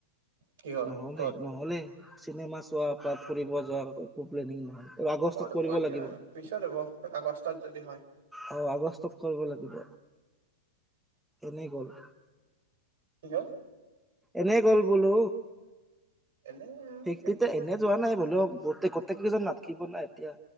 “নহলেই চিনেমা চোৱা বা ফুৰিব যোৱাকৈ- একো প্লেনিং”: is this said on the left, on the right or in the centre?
Centre